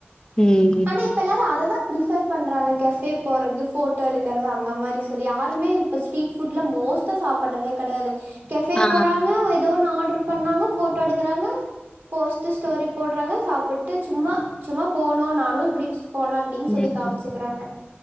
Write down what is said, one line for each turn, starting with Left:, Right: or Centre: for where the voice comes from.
Left: ம்
Right: ஆனா இப்ப எல்லாரும் அததா பிரிஃபர் பண்றாங்க கெஃபே போறது போட்டோ எடுக்கிறது அந்த மாரி சொல்லி யாருமே இப்ப ஸ்ட்ரீட் ஃபுட்ல மோஸ்டா சாப்பிடடுறதே கிடையாது கஃபே
Left: ஆ.
Right: போறங்க ஏதோ ஒன்னு ஆட்ரு பண்ணாங்க போட்டோ எடுக்கறாங்க போஸ்ட் ஸ்டோரி போடுறாங்க சாப்பிட்டு சும்மா சும்மா போனும் நானும் இப்படி போனோ அப்டின்னு சொல்லி
Left: ம்
Right: காமிச்சுக்கிறாங்க.